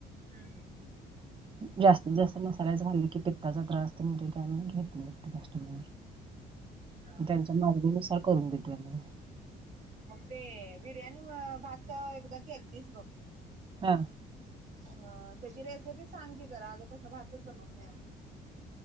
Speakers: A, on the right; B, on the right.
A: हूं!
B: <inaudible> जास्तीत जास्त मसाल्याच खांल्ल की पित्ताचा त्रास तेन होतोय त्यामुळं घेत नाही कस्टमर.
A: हा
B: त्यांच्या
A: हा.
B: मागणीनुसार करून देतोय मी.
A: मग ते बिर्याणी भात एकदा केलतीस बघ?
B: हा!
A: ह त्याची रेसिपी सांग की जरा अगं तसा भातच जमत नाहीया.